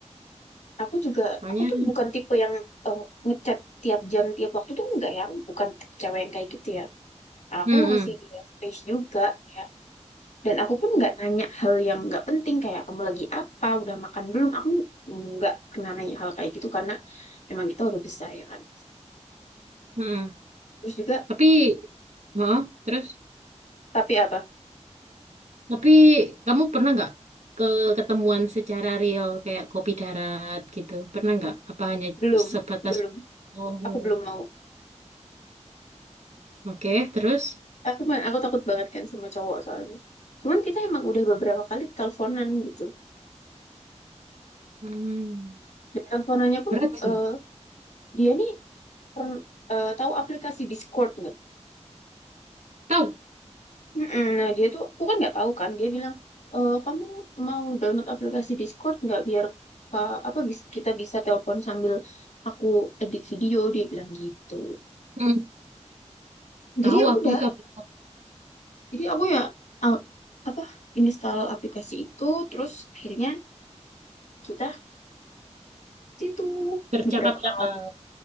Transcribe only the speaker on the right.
Soalnya,
mm
Mm-mm.
Tapi, heeh, terus?
Tapi kamu pernah nggak ke ketemuan secara real kayak kopi darat gitu? Pernah nggak? Apa hanya
sebatas?
Oh,
oke. Terus?
Hmm,
berat sih.
Tahu?
Hmm,
tahu
aku itu apa?
bercakap-cakap.